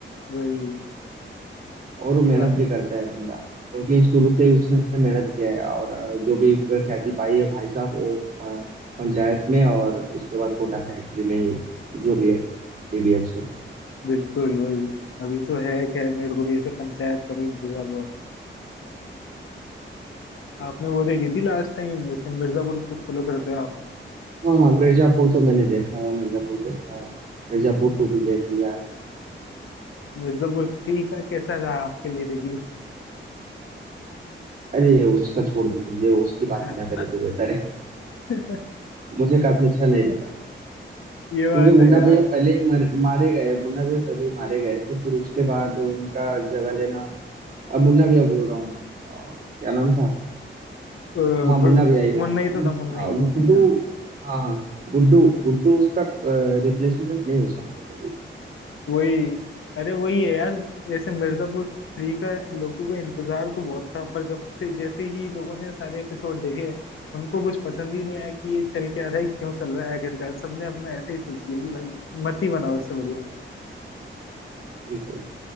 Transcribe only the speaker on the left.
वही
ये बात
तो-
बिल्कुल वही अभी तो है खैर मेरे को भी ऐसे पंचायत का तो इंतजार बहुत आपने वो देखी थी लास्ट टाइम वैसे मिर्जापुर को फॉलो करते हो आप तो।
मिर्जापुर थ्री का कैसा रहा आपके लिए रिव्यू
हाँ
<laughs>
ये बात
है यार
अ,
गु-
मुन्ना
ही
तो था मुन्ना
ही
मुन्ना ही
वही अरे वही है यार जैसे मिर्जापुर थ्री का लोगों को इंतजार तो बहुत था पर जब से जैसे ही लोगों ने सारे एपिसोड देखे उनको कुछ पसंद ही नहीं आया कि ये चल क्या रहा है क्यों चल रहा है आखिरकार सबने अपना ऐसे ही सोच लिया कि भाई मत ही बनाओ इससे बढ़िया